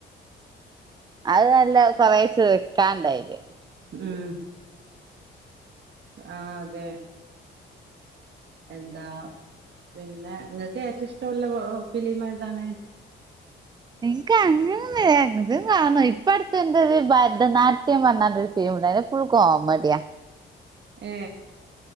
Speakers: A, on the right; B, on the right.
A: അത് നല്ല കൊറേ ചിരിക്കാണ്ടയില്
B: ഉം ആ അതെ എന്താ പിന്നെ നിങ്ങൾക്ക് ഏറ്റം ഇഷ്ടവുള്ള ഫിലിം ഏതാണ്
A: നിക്ക് അങ്ങനൊന്നുല എന്തുംകാണും ഇപ്പ അടുത്ത എന്തത് ഭരതനാട്യം പറഞ്ഞാരു ഫിലിമുണ്ടാരുന്നു ഫുൾ കോമഡിയാ
B: ഏ